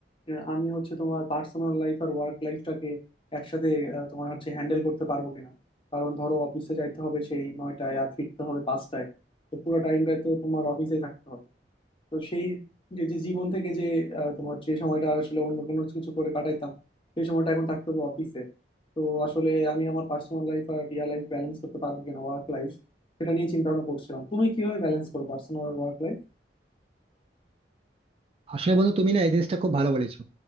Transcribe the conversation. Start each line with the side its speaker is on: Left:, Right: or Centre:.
Left: আহ, আমি হচ্ছে তোমার পার্সোনাল লাইফ আর ওয়ার্ক লাইফটাকে একসাথে আহ, তোমার হচ্ছে হ্যান্ডেল করতে পারবো কিনা কারণ ধরো অফিসে যাইতে হবে সেই নয়টায় আর ফিরতে হবে পাঁচটায় তো পুরো টাইমটাই তো তোমার অফিসেই থাকতে হবে তো সেই যে যে জীবন থেকে যে আহ, তোমার যে সময়টা আসলে অন্য কোনো কিছু করে কাটাইতাম সেই সময়টা এখন থাকতে হবে অফিসে তো আসলে আমি আমার পার্সোনাল লাইফ আর রিয়েল লাইফ ব্যালেন্স করতে পারবো কিনা ওয়ার্ক লাইফ সেটা নিয়ে চিন্তা ভাবনা করছিলাম তুমি কিভাবে ব্যালেন্স করো পার্সোনাল আর ওয়ার্ক লাইফ
Right: আসলে বন্ধু তুমি না এই জিনিসটা খুব ভালো বলেছো